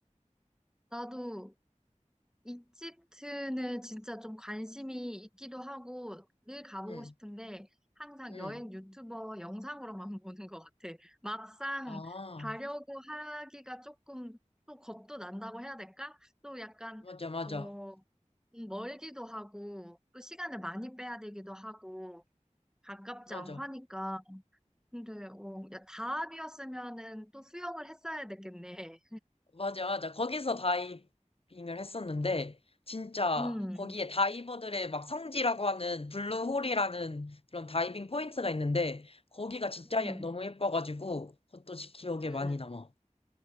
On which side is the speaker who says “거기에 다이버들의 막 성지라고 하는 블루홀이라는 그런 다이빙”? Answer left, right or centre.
Left